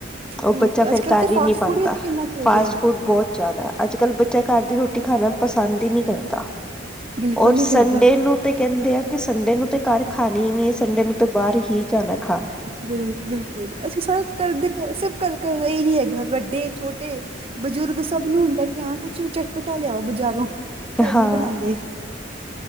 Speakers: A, in the centre; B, on the right (about 30°).
A: ਉਹ
B: ਬਿਲਕੁਲ
A: ਬੱਚਾ
B: ਅੱਜ
A: ਫੇਰ
B: ਕੱਲ੍ਹ
A: ਕਰ
B: ਤੇ
A: ਈ
B: ਫਾਸਟ
A: ਨੀ
B: ਫੂਡ
A: ਪਾਂਦਾ
B: ਵੀ ਤਾਂ ਕਿੰਨਾ ਚੱਲ
A: ਫਾਸਟ
B: ਗਿਆ
A: ਫੂਡ ਬੋਤ ਜਾਦਾ ਅੱਜ-ਕੱਲ ਬੱਚਾ ਘਰ ਦੀ ਰੋਟੀ ਖਾਣਾ ਪਸੰਦ ਈ ਨਹੀਂ ਕਰਦਾ,
B: ਬਿਲਕੁਲ
A: ਔਰ
B: ਨੀ
A: ਸੰਡੇ
B: ਕਰਦਾ
A: ਨੂੰ ਤੇ ਕਹਿੰਦੇ ਆ ਕਿ ਸੰਡੇ ਨੂੰ ਤੇ ਘਰ ਖਾਣੀ ਹੀ ਨਹੀ‌। ਸੰਡੇ ਨੂੰ ਤਾਂ ਬਾਹਰ ਹੀ ਜਾਣਾ ਖਾਣ।
B: ਜੀ ਬਿਲਕੁਲ ਅਸੀਂ ਸਾਰੇ ਘਰ ਦੇ ਸਭ ਘਰ-ਘਰ ਏਹੀ ਹੈਗਾ। ਵੱਡੇ-ਛੋਟੇ ਬਜ਼ੁਰਗ ਸਭ ਨੂੰ ਹੁੰਦਾ, ਕਿ ਹਾਂ ਕੁਛ ਚਟ- ਪਟਾ ਲਿਆਓ ਬਜ਼ਾਰੋਂ, ਘਰ ਨੀ
A: ਹਾਂ
B: ਬਣਾਂਦੇ